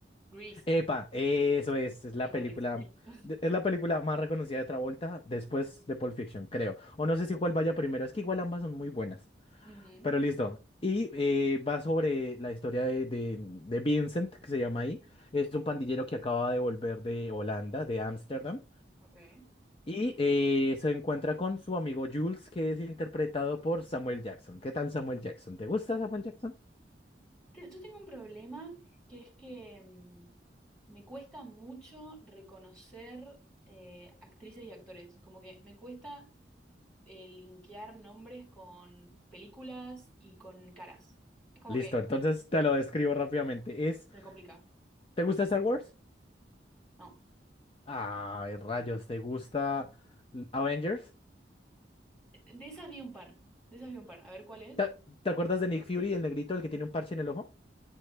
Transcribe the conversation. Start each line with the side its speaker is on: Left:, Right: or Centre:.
Centre: Grace,
Left: Epa, eso es, es la
Centre: no Grace,
Left: película,
Centre: Grace. <laughs>
Left: de- es la película más reconocida de Travolta después de Pulp Fiction, creo. O no sé si cuál vaya primero, es que igual ambas son muy buenas.
Centre: Ujú.
Left: Pero listo. Y eh, va sobre la historia de, de, de Vincent, que se llama ahí. Es un pandillero
Centre: Sí,
Left: que acaba de volver de Holanda, de Ámsterdam.
Centre: ok.
Left: Y eh, se encuentra con su amigo Jules, que es interpretado por Samuel Jackson. ¿Qué tal Samuel Jackson? ¿Te gusta Samuel Jackson?
Centre: Te- Yo tengo un problema que es que mm, me cuesta mucho reconocer eh, actrices y actores. Como que me cuesta eh, linkear nombres con películas y con caras. Es como
Left: Listo,
Centre: que
Left: entonces te lo describo rápidamente. Es,
Centre: me complica.
Left: ¿te gusta Star Wars?
Centre: No.
Left: Ay, rayos, ¿te gusta Avengers?
Centre: De esas vi un par. De esas vi un par. A ver cuál es.
Left: ¿Te, te acuerdas de Nick Fury, el negrito, el que tiene un parche en el ojo?